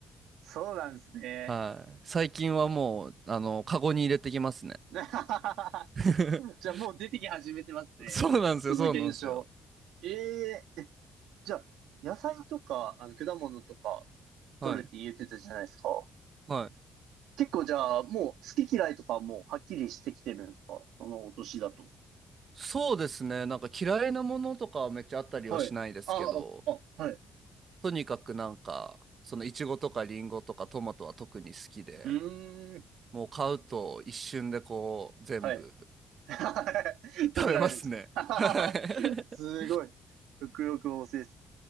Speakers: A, on the right; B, on the right.
A: そうなんですね。
B: はい。最近はもう、あの、カゴに入れてきますね。
A: <laughs> じゃあ
B: <laughs>
A: もう出てき始めてますね。
B: そうなんですよ、
A: その現象。
B: そうなんですよ。
A: ええじゃあ、野菜とか、あの、果物とか、
B: はい。
A: 取るって言ってたじゃないですか。
B: はい。
A: 結構じゃあ、もう好き嫌いとかもはっきりしてきてるんですかそのお年だと。
B: そうですね。なんか嫌いなものとかはめっちゃあったりはしないですけど、
A: はい。ああ、あ、はい。
B: とにかくなんか、そのイチゴとかリンゴとかトマトは特に好きで、
A: うーん。
B: もう買うと一瞬でこう全部
A: はい。<laughs> 食べられるんですか
B: 食べますね。はい。
A: <laughs> すごい。食欲旺盛です。